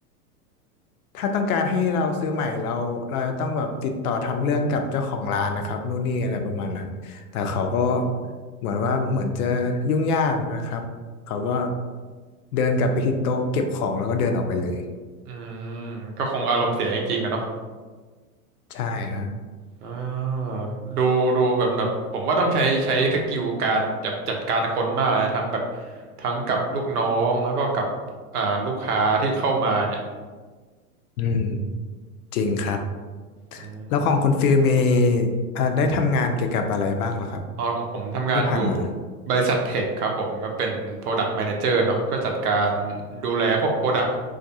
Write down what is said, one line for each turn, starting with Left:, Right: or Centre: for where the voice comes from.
Left: ถ้าต้องการให้เราซื้อใหม่เราเราจะต้องแบบติดต่อทำเรื่องกับเจ้าของร้านนะครับนู่นนี่อะไรประมาณนั้นแต่เขาก็เหมือนว่าเหมือนจะยุ่งยากนะครับเขาก็เดินกลับไปที่โต๊ะเก็บของแล้วก็เดินออกไปเลย
Right: อืมก็คงอารมณ์เสียจริงๆกันเนาะ
Left: ใช่ครับ
Right: อ่าดูดูแบบแบบผมว่าต้องใช้ใช้สกิลการจัดจัดการคนมากเลยนะทั้งแบบทั้งกับลูกน้องแล้วก็กับอ่าลูกค้าที่เข้ามาเนี่ย
Left: อืมจริงครับ
Right: อืม
Left: แล้วของคุณฟิลมีอ่าได้ทำงานเกี่ยวกับอะไรบ้างเหรอครับ
Right: อ๋อของผมทำงานอยู่
Left: ที่ผ่านมา
Right: บริษัทเทคครับผมก็เป็น Product Manager เนาะก็จัดการดูแลพวก Product